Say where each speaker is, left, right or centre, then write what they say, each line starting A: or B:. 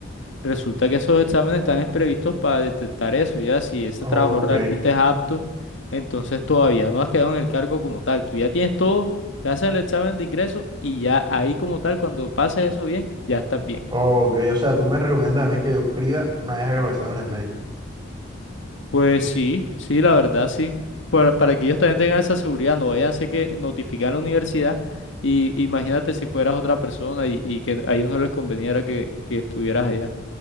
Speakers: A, on the left; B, on the right.
A: Resulta que esos exámenes están previstos para detectar eso, ya si ese
B: ok.
A: trabajo realmente es apto, entonces todavía no has quedado en el cargo como tal. Tú ya tienes todo, te hacen el examen de ingreso y ya ahí como tal, cuando pases eso bien, ya estás bien.
B: Ok, o sea, tú me recomiendas a mí que yo escriba una vez haga los exámenes médicos.
A: Pues sí, sí, la
B: Oh,
A: verdad sí. Para, para que ellos también tengan esa seguridad, no vaya a ser que notifican a la universidad y imagínate si fueras otra persona y, y que a ellos no les conveniera que, que estuvieras allá.